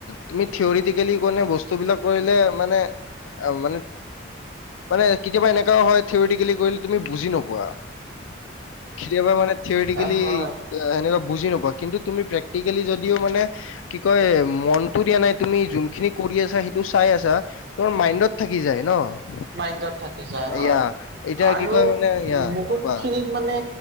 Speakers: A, on the left; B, on the right.
A: তুমি থিয়ৰিটিকেলি কনে বস্তুবিলাক কৰিলে মানে অ মানে মানে কেতিয়াবা এনেকাও হয় থিয়ৰিটিকেলি কৰিলে তুমি বুজি নোপোৱা কেতিয়াবা মানে থিওৰিতিকেলি
B: অ হয়
A: এ এ সেনেকা বুজি নোপোৱা কিন্তু তুমি প্ৰেক্টিকেলি যদিও মানে আহ আহ সেয়া কি কয় মনটো দিয়া নাই তুমি যোনখিনি কৰি আছা সেইটো চাই আছা তোমাৰ মাইণ্ডত থাকি যায় ন
B: মাইণ্ডত থাকি যায় হয়
A: ইয়া এতিয়া
B: আৰু
A: কি কয় মানে ইয়া
B: বহুত
A: কোৱা
B: খিনিত মানে